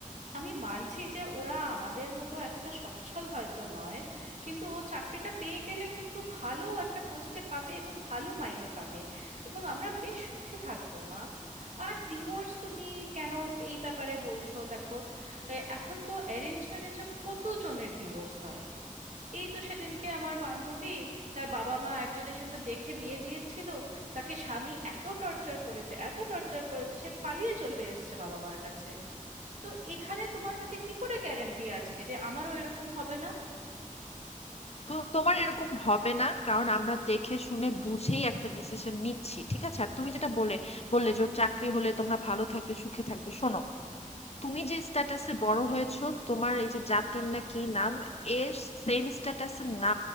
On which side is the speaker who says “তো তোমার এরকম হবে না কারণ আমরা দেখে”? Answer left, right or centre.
Left